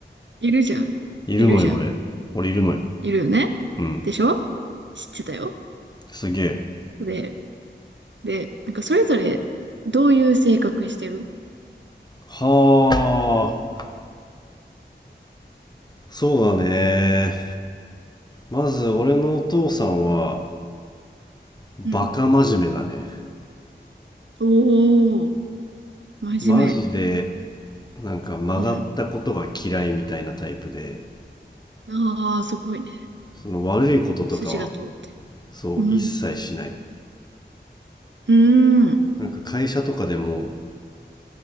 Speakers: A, on the right (about 80°); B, on the left (about 20°).
A: いるじゃん。
B: いるのよ俺俺いるのよ
A: いるじゃん。いるよね
B: うん
A: でしょ知ってたよ。
B: すげえ
A: で、で、なんかそれぞれ、どういう性格してる
B: はあそうだねまず俺のお父さんはバカ真面目だね。
A: うん。おー、真面目。
B: マジで、なんか曲がったことが嫌いみたいなタイプで、
A: うん。ああ、すごいね。
B: その悪いこととかは、
A: 筋が通ってる。
B: そう、
A: うん。
B: 一切しない。
A: うーん。
B: なんか会社とかでも、